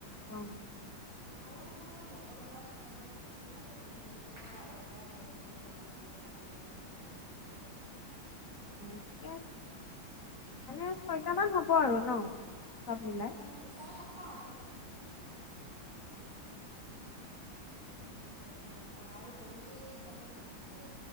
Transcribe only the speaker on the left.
হয় নি?
অ' কে, মানে
ছয়টামান হ'ব আৰু ন'? চব মিলাই।